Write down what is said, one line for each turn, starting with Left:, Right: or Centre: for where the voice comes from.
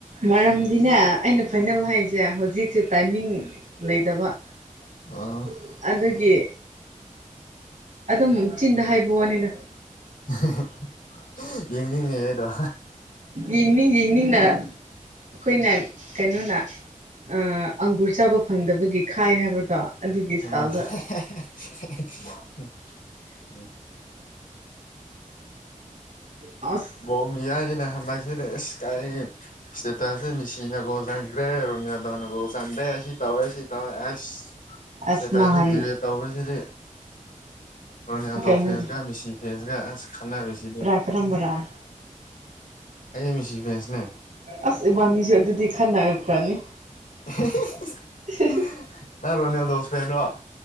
Right: ꯃꯔꯝꯗꯤꯅꯦ ꯑꯩꯅ ꯐꯥꯏꯅꯦꯜ ꯍꯥꯏꯔꯤꯁꯦ ꯍꯧꯖꯤꯛꯁꯦ ꯇꯥꯏꯃꯤꯡ ꯂꯩꯇꯕ
Left: ꯑꯥ
Right: <inaudible> ꯑꯗꯨꯒꯤ ꯑꯗꯨꯝ ꯆꯤꯟꯗ ꯍꯥꯏꯕ ꯋꯥꯅꯤꯗ
Left: ꯍꯥ ꯍꯥ ꯍ ꯌꯦꯡꯅꯤꯡꯉꯦ ꯑꯗꯣ
Right: ꯌ‌ꯦꯡꯅꯤꯡ ꯌ‌ꯦꯡꯅꯤꯡꯅꯥ ꯑꯩꯈꯣꯏꯅ ꯀꯩꯅꯣꯅ ꯑ ꯑꯪꯒꯨꯔ ꯆꯥꯕ ꯐꯪꯗꯕꯒꯤ ꯈꯥꯏ ꯍꯥꯏꯕꯗꯣ ꯑꯗꯨꯒꯤ
Left: <unintelligible>
Right: ꯏꯁꯇꯥꯏꯜꯗ ꯑꯁ
Left: <unintelligible> ꯁ‌ꯦꯇꯁꯦ ꯃꯤꯁꯤꯅ ꯒ‌ꯣꯜ ꯆꯟꯈ꯭ꯔꯦ ꯔ‌ꯣꯅꯥꯜꯗ‌ꯣꯅ ꯆꯥꯟꯗ꯭ꯔꯦ ꯁꯤ ꯇꯧꯋ‌ꯦ ꯁꯤ ꯇꯧ ꯑꯁ
Right: ꯑꯁ
Left: ꯁꯤꯇꯁꯤꯅ
Right: ꯅꯍꯥꯟ
Left: ꯗꯤꯕꯦꯠ ꯇꯧꯕꯁꯤꯗꯤ ꯔꯣꯅꯥꯜꯗꯣ
Right: ꯀꯩꯅꯣꯗ
Left: ꯐꯦꯟꯁꯀ ꯃꯤꯁꯤ ꯐꯦꯟꯁꯀ ꯑꯁ ꯈꯠꯅꯁꯤꯗꯤ
Right: ꯀꯔꯝꯕ꯭ꯔꯥ
Left: ꯑꯩꯗꯤ ꯃꯤꯁꯤ ꯐꯦꯟꯁꯅꯦ
Right: ꯑꯁ ꯏꯕꯥꯅꯤꯁꯨ ꯑꯗꯨꯗꯤ ꯈꯟꯅꯈ꯭ꯔꯅꯤ
Left: <unintelligible>
Right: <unintelligible>
Left: ꯅꯪ ꯔꯣꯅꯥꯜꯗ‌ꯣ ꯐ‌ꯦꯟ ꯔ‌ꯣ